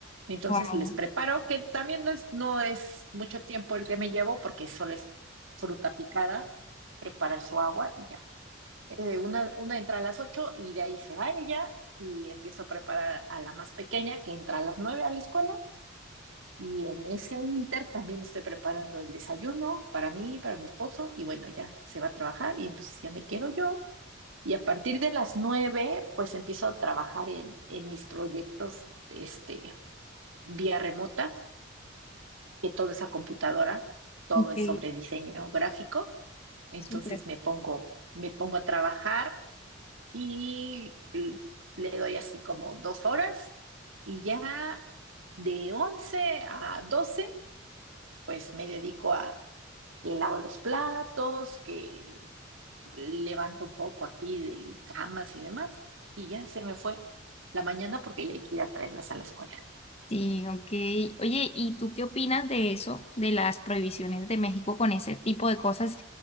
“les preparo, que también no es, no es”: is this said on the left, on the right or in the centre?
Right